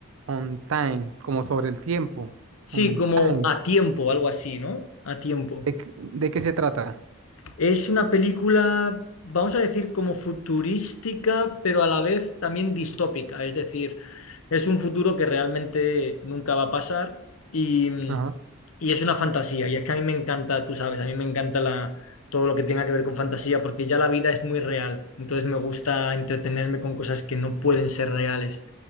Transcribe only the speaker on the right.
On Time, como sobre el tiempo.
On
Time.
¿De, qué de qué se trata?
Ajá,